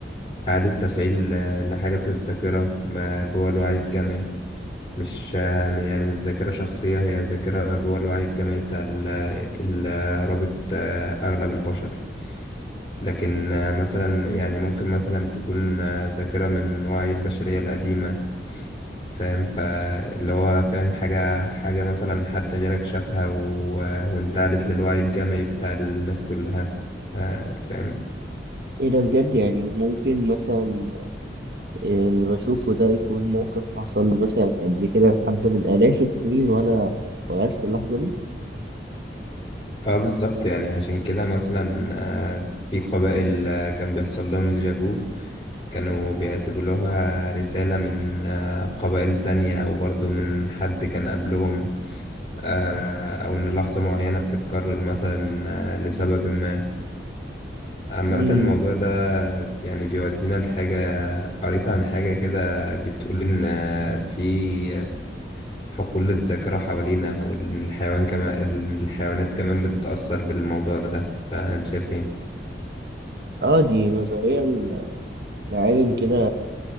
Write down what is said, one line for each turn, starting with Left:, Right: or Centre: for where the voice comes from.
Left: إعادة تفعيل آه، لحاجة في الذاكرة ما جوه الوعي الجمعي مش يعني مش ذاكرة شخصية هي ذاكرة جوه الوعي الجمعي بتاع ال- ال- رابط آه، أغلب البشر لكن آه، مثلا يعني ممكن مثلا تكون آه، ذاكرة من وعي البشرية القديمة فاهم فاللي هو فاهم حاجة حاجة مثلا حد غيرك شافها و... وانتقلت للوعي الجمعي بتاع الناس كلها آه، فاهم
Right: ايه ده بجد يعني ممكن مثلا آه، اللي بشوفه ده يكون موقف حصل مثلا قبل كده لحد من آلاف السنين وانا وقست اللحظه
Left: اه بالظبط يعني عشان كده مثلا آه، في قبائل آه، كان بيحصل لهم ديجافو كانوا بيعتبروها رسالة من آه، قبائل تانية أو برضو من حد كان قبلهم آه، أو إن لحظة معينة بتتكرر مثلا آه، لسبب ما عامة
Right: دي
Left: الموضوع ده يعني بيودينا لحاجة قريت عن حاجة كده بتقول إن آه، في حقول الذاكرة حوالينا وإن الحيوان كمان الحيوانات كمان بتتأثر بالموضوع ده فأنت شايف إيه؟
Right: اه دي نظرية ل- لعالم كده